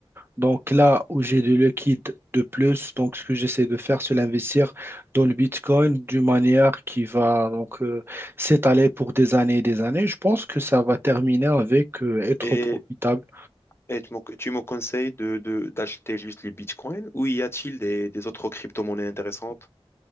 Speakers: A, on the right; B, on the left.
A: Donc là où j'ai de liquide de plus, donc ce que j'essaie de faire, c'est l'investir dans le Bitcoin d'une manière qui va donc euh, s'étaler pour des années et des années. Je pense que ça va terminer avec euh, être
B: Et
A: profitable
B: Et tu me, tu me conseilles de, de- d'acheter juste le Bitcoin ou y a-t-il des, des autres crypto-monnaies intéressantes?